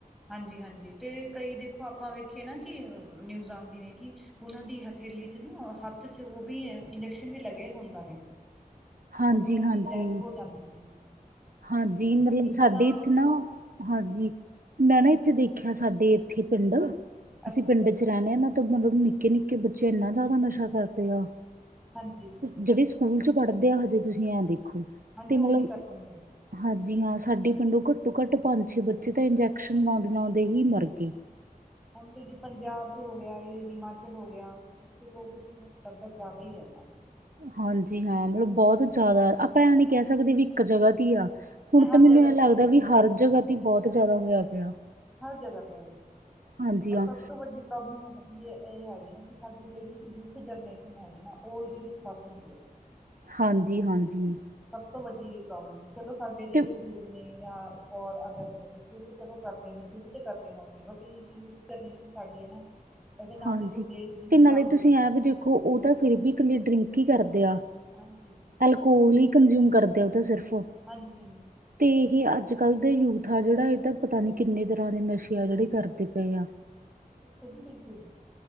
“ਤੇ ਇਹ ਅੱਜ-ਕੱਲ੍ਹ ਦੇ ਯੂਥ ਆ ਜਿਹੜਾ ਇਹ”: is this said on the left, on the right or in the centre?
Right